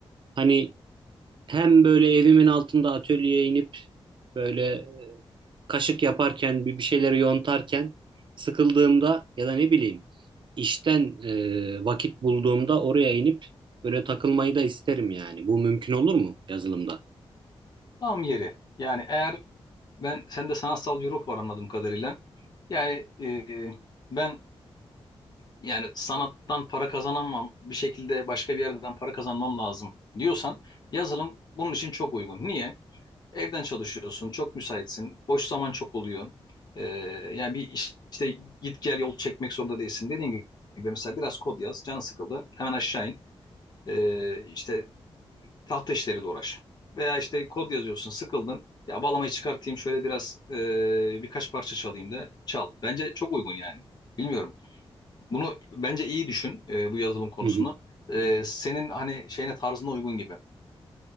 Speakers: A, on the right (about 55°); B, on the left (about 45°).
A: Hani hem böyle evimin altında atölyeye inip Böyle e, kaşık yaparken bir bir şeyleri yontarken sıkıldığımda ya da ne bileyim işten e, vakit bulduğumda oraya inip böyle takılmayı da isterim yani. Bu mümkün olur mu yazılımda?
B: Tam yeri. Yani eğer ben sende sanatsal bir ruh var anladığım kadarıyla. Yani e, ben yani sanattan para kazanamam bir şekilde başka bir yerden para kazanmam lazım diyorsan yazılım bunun için çok uygun. Niye? Evden çalışıyorsun, çok müsaitsin, boş zaman çok oluyor. E, yani bir iş- işte git gel yol çekmek zorunda değilsin. Dediğim gibi mesela biraz kod yaz, canın sıkıldı, hemen aşağı in. E, işte tahta işleriyle uğraş. Veya işte kod yazıyorsun, sıkıldın. Ya bağlamayı çıkartayım şöyle biraz e, birkaç parça çalayım da çal. Bence çok uygun yani. Bilmiyorum. Bunu bence iyi düşün e, bu yazılım konusunu.
A: Hı hı.
B: E, senin hani şeyine tarzına uygun gibi.